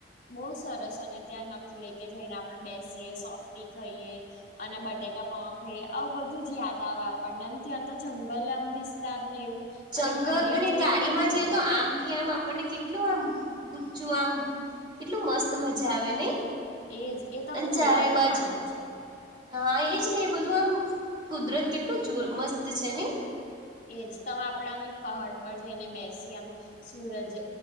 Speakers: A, on the left (about 50°); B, on the right (about 25°).
A: બહ સરસ અને ત્યાં નક્કી લે કે જઈને આપડણે બેસીએ સોફ્ટી ખાઈએ અને બટેકા પોવા ખાઈએ આ બધું જ યાદ આવે આપણનેમ ત્યાં તો જંગલ આમ વિસ્તાર ને એવું
B: જંગલ
A: અને ઠંડીમાં
B: અને
A: જઈએ
B: ગાડીમાં
A: ને
B: જઈએ
A: બહુ
B: તો આમથી આમ આપણને કેટલું આમ ઊંચું આમ કેટલું મસ્ત મજા આવે નહ
A: એજ એ તમે
B: અને ચારે
A: જોવાનો
B: બાજ
A: જ આનંદ છે.
B: હા એજ ને એ બધું આમ કુદરત કેટલું જ મસ્ત છે ને
A: એજ તમે આપડે અમે પહાડ પર જઈને બેસી આમ સૂરજ